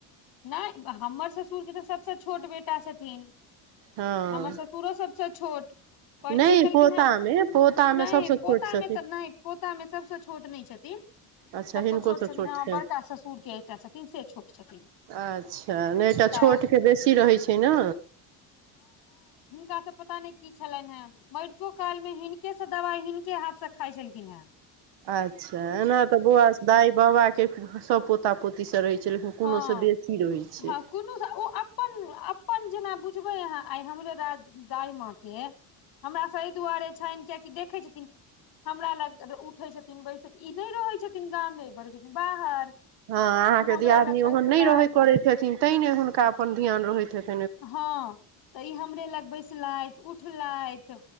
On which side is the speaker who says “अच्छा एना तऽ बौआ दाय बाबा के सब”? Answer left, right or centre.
Right